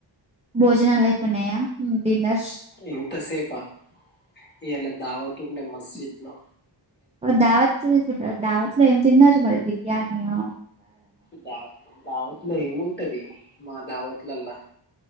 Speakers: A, on the right; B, on the left.
A: భోజనాలు అయిపోనాయా డిన్నర్
B: ఇంత సేపు ఆ ఇ యలా దావతుూ మసీద్ లో
A: దావత్ చేసి దావత్లో ఏం తిన్నారు మరి బిర్యానీ అ
B: దావ దావత్ లో ఏముంటది మా దావత్లలా